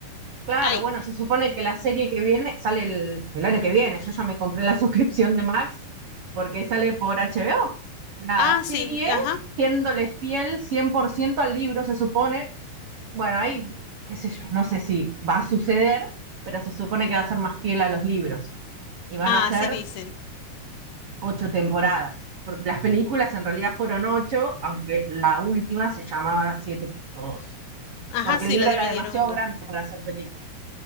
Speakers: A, on the right; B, on the left.
A: claro,
B: ay,
A: bueno, se supone que la serie que viene sale el, el año que viene, yo ya me compré la <laughs> suscripción de Max porque sale por HBO. La
B: ah,
A: serie,
B: sí, ajá,
A: siéndole fiel 100% al libro, se supone, bueno, ahí, qué sé yo, no sé si va a suceder, pero se supone que va a ser más fiel a los libros. Y van
B: ah,
A: a ser
B: sí dicen,
A: ocho temporadas, porque las películas en realidad fueron ocho, aunque la última se llamaba siete punto dos,
B: ajá,
A: porque
B: sí,
A: el libro
B: la dividieron
A: era demasiado
B: en dos.
A: grande para hacer película.